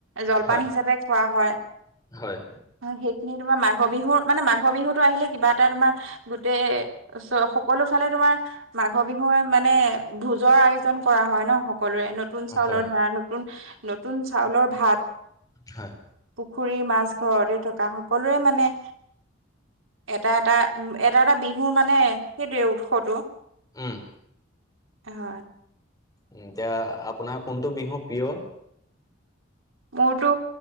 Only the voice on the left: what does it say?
হয়।
হয়,
হয়,
হয়
উম,
উ এতিয়া আপোনাৰ কোনটো বিহু প্ৰিয়?